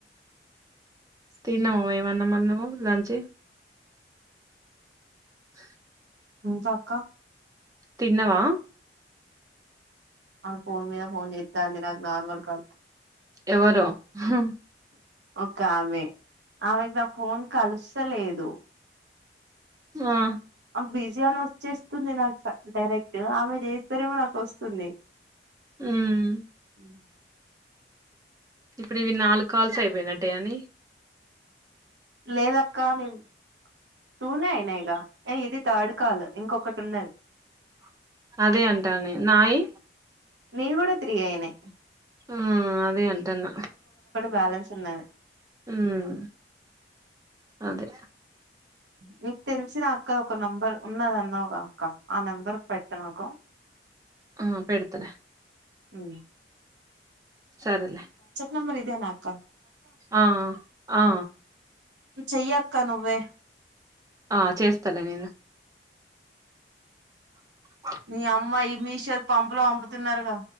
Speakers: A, on the right (about 20°); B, on the right (about 80°).
A: తిన్నాము ఏమన్నామరి నువ్వు లంచి హ
B: ఇంకా అక్క
A: తిన్నవా
B: అమె ఫోన్ మీద ఫోన్ చేస్తా అంది నాకు నార్మల్ కాల్
A: ఎవరో హు
B: ఒక ఆమె ఆమెకి నా ఫోన్ కలుసలేదు
A: ఆ
B: బిజీ అని వచ్చేస్తుంది నాకు డైరెక్ట్ ఆమె చేస్తారేమో నాకు వస్తుంది
A: ఉమ్
B: అ
A: ఇప్పుడు ఇవి నాలుగు కాల్స్ అయిపోయినట్టే అని
B: లేదక్క నేను టూనే అయినాయిక ఏ ఇది థర్డ్ కాల్ ఇంకొకటి ఉన్నది
A: అదే అంటానేను నాయి
B: నీవి కూడా త్రీ అయినాయ్
A: ఊమ్ అదే అంటన్న
B: బాలన్స్ ఉన్నది
A: ఊమ్ అదే
B: మీకు తెలిసిన అక్క ఒక నెంబర్ ఉన్నదన్నవ్గా అక్క ఆ నెంబర్ పెట్టు నాకు <inaudible>
A: ఆ పెడుతలే
B: ఉ
A: సరేలే
B: నంబర్ ఇదే నా అక్క
A: ఆ ఆ
B: చెయ్ అక్క నువ్వే
A: ఆ చేస్తాలే నేను అ
B: నీ అమ్మాయి మీషో పంపులో పంపుతున్నారుగా